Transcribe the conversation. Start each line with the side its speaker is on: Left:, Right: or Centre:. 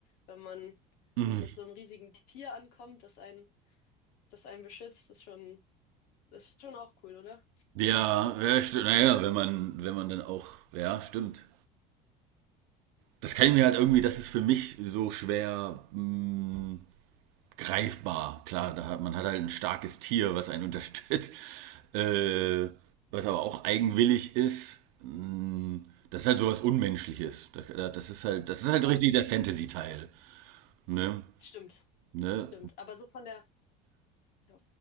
Left: wenn man
Right: Hm.
Left: noch mit so einem riesigen Tier ankommt, das einen das einen beschützt, ist schon, ist schon auch cool, oder?
Right: Ja, ja, stimmt. Naja, wenn man, wenn man dann auch. Ja, stimmt. Das kann ich mir halt irgendwie, das ist für mich so schwer. Hm, greifbar. Klar, da hat, man hat halt ein starkes Tier, was einen <laughs> unterstützt, äh, was aber auch eigenwillig ist. Mm, Das ist halt sowas Unmenschliches. Das, das ist halt, das ist halt
Left: Ja,
Right: richtig der Fantasy-Teil. Ne?
Left: stimmt.
Right: Ne?
Left: Stimmt. Aber so von der, ja,